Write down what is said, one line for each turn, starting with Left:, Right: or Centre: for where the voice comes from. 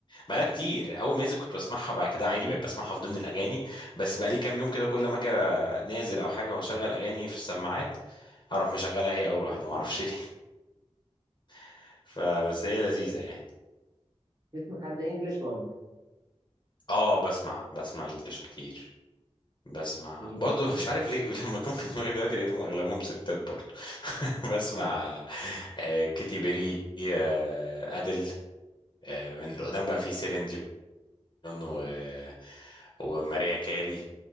Left: بقالها كتير اول ما نزل كنت بسمعها وبعد كده عادي
Right: مم.
Left: بقيت بسمعها في ضمن الاغاني بس بقالي كام يوم كده كل ما اجي نازل او حاجه واشغل اغاني في السماعات اروح مشغلها هي اول واحده
Right: بتسمع
Left: ما اعرفش ليه <laughs> فبس هي لذيذه يعني
Right: بتسمع حد إنجلش ولا
Left: اه بسمع بسمع انجلش كتير بسمع
Right: مين
Left: برضه
Right: بقى؟
Left: مش عارف ليه <laughs> لما كان في دماغي دلوقتي لقيتهم اغلبهم ستات برضه <laughs> بسمع آه، كيتي بيري آه، ادل آه، من اللي قدام بقى في سيلين ديون و... وماريا كاري